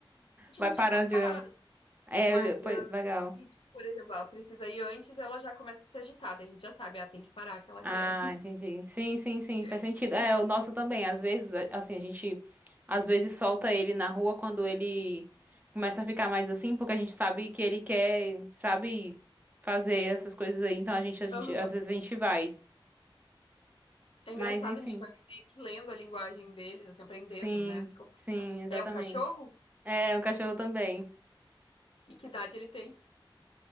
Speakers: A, on the left; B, on the right.
A: gente
B: vai parando
A: já faz paradas.
B: de. É,
A: Mas
B: pois,
A: eh,
B: legal.
A: se, tipo, por exemplo, ela precisa ir antes, ela já começa a se agitar. Daí a gente já sabe, ah, tem que parar que ela
B: Ah,
A: quer.
B: entendi. Sim, sim,
A: <laughs>
B: sim,
A: quer
B: faz sentido.
A: ir no banheiro.
B: É, o nosso também. Às vezes, a- assim, a gente às vezes solta ele na rua quando ele começa a ficar mais assim, porque a gente sabe que ele quer, sabe, fazer essas coisas aí. Então a gente, a gente,
A: Aham.
B: às vezes a gente vai.
A: É
B: Mas
A: engraçado,
B: enfim,
A: a gente vai meio que lendo a linguagem deles, assim, aprendendo,
B: sim,
A: né? as co-
B: sim, exatamente.
A: É um cachorro?
B: É, um cachorro também.
A: E que idade ele tem?